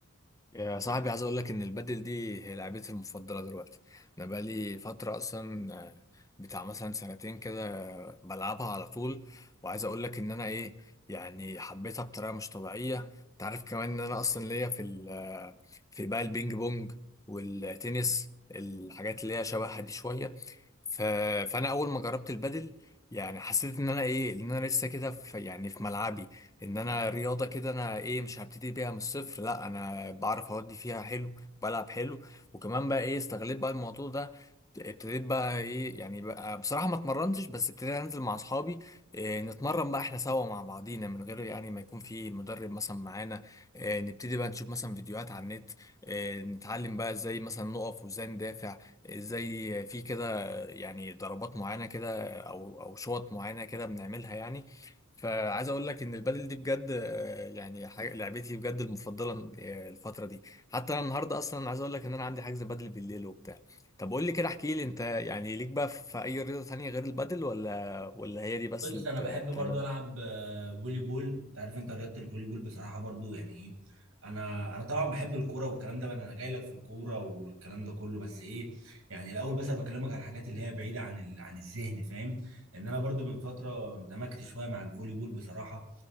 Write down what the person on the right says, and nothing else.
بص
انا بحب
برضو العب آه، فولي بول انت عارف انت رياضة الفولي بول بصراحة برضو يعني ايه انا انا طبعا بحب الكوره والكلام ده بقى، انا جاي لك في الكوره والكلام ده كله بس ايه يعني الاول بس انا بكلمك على الحاجات اللي هي بعيده عن ال... عن الذهن فاهم لان انا برضو من فتره اندمجت شويه مع الفولي بول بصراحه